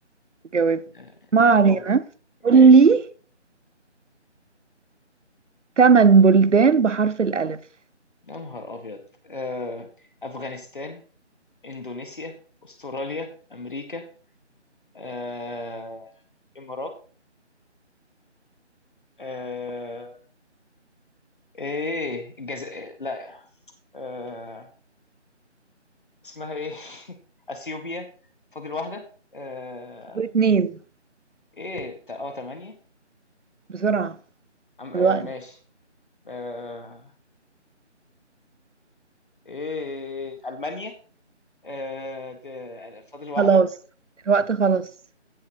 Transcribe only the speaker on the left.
آه،
لو بقى ماشي
يا نهار ابيض آه، افغانستان اندونيسيا استراليا امريكا آه، امارات آه، ايه الجزائر لا آه... اسمها ايه <laughs> اثيوبيا فاضل واحده آه...
ايه تا- اه تمانية
عم...
آه... ماشي آه... ايه المانيا آه... ج- فاضل واحده